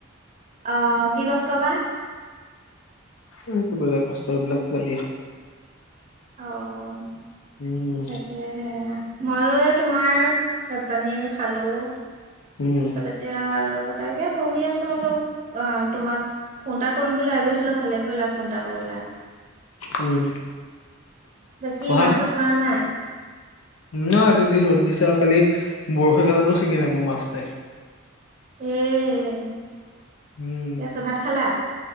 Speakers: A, on the right; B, on the left.
A: অ' কি কষ্ট বা?
B: এই কিবা এটা কষ্ট এইবিলাক বাদ দিয়া।
A: অ'
B: উম
A: তাকে। এই মইয়ো তোমাৰ ভাত পানী খালোঁ। তাৰপিছতে
B: উম
A: এতিয়া আৰু তাকে বহি আছোঁ আৰু তোমাক ফোন এটা কৰিম বুলি ভাবিছিলোঁ? ভালে কৰিলা ফোন এটা কৰিলা।
B: উম।
A: বাকী
B: পঢ়া
A: মাছ চাছ মাৰা নাই?
B: না আজি যি ৰ'দ দিছে আৰু কালি বৰশী কাটাটো ছিঙিলে মোৰ মাছ এটাই।
A: এই
B: উম
A: ঠিক আছে, ভাত খালা?